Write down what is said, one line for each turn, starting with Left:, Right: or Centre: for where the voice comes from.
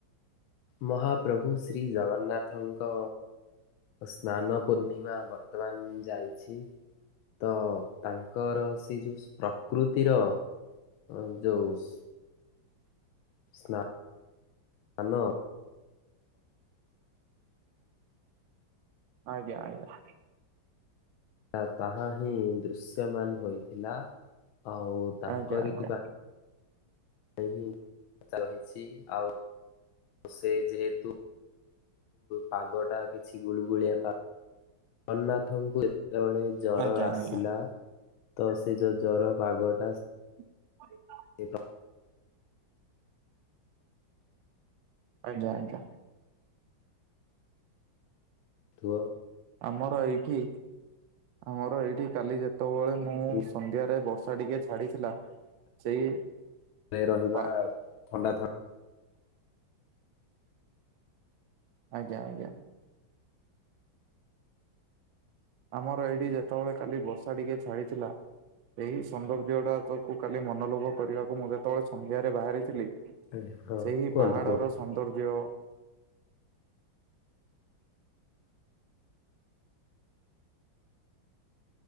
Left: ମହାପ୍ରଭୁ ଶ୍ରୀ ଜଗନ୍ନାଥଙ୍କ। ସ୍ନାନ ପୂର୍ଣ୍ଣିମା ବର୍ତ୍ତମାନ ଯାଇଛି। ତ ତାଙ୍କର ସେ ଯୋଉ ପ୍ରକୃତିର। ଅ ଯୋଉ ସ୍ ସ୍ନା ସ୍ନାନ।
Right: ଆଜ୍ଞା ଆଜ୍ଞା।
Left: ଆଉ ତାହାହିଁ ଦୃଶ୍ୟ ମାନ ହୋଇଥିଲା ଆଉ ତାଙ୍କରି
Right: ଆଜ୍ଞା ଆଜ୍ଞା
Left: ପାଇଁ ହଁ ରହିଛି ଆଉ ସେ ଯେହେତୁ। ପାଗଟା କିଛି ଗୁଳୁଗୁଳିଆ ପା ଜଗନ୍ନାଥଙ୍କୁ ଯେତେବେଳେ ଜର
Right: ଆଜ୍ଞା
Left: ଆସିଲା।
Right: ଆଜ୍ଞା
Left: ତ ସେ ଯୋଉ ଜର ପାଗଟା।
Right: <unintelligible>
Left: <unintelligible>
Right: ଆଜ୍ଞା ଆଜ୍ଞା।
Left: ଥୁଅ।
Right: ଆମର ଏଇଠି ଆମର ଏଇଠି କାଲି ଯେତ ଯେତେବେଳେ ମୁଁ
Left: ଘରେ
Right: ସନ୍ଧ୍ୟାରେ ବର୍ଷା ଟିକେ ଛାଡିଥିଲା ସେଇ
Left: ରେ ରହିବା
Right: ପା
Left: ଥଣ୍ଡା ଥ
Right: ଆଜ୍ଞା ଆଜ୍ଞା। ଆମର ଏଇଠି ଯେତେବେଳେ କାଲି ବର୍ଷା ଟିକେ ଛାଡିଥିଲା। ସେଇ ସୌନ୍ଦର୍ଯ୍ୟ ଟାକୁ କାଲି ମନୋଲୋଭ କରିବାକୁ ମୁଁ ଯେତେବେଳେ ସନ୍ଧ୍ୟାରେ ବାହାରିଥିଲି।
Left: ଥଣ୍ଡା ହଁ
Right: ସେହି
Left: କୁହନ୍ତୁ
Right: ପାହାଡର
Left: କୁହନ୍ତୁ।
Right: ସୌନ୍ଦର୍ଯ୍ୟ